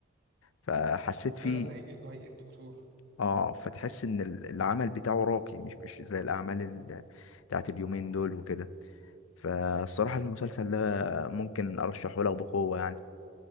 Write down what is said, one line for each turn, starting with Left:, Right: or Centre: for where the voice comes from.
Left: فحسيت
Right: هو فعلا
Left: فيه
Right: هيئته هيئة دكتور
Left: اه فتحس إن ال- العمل بتاعه راقي مش مش زي الأعمال ال- بتاعت اليومين دول وكده فالصراحة المسلسل ده ممكن أرشحه لك بقوة يعني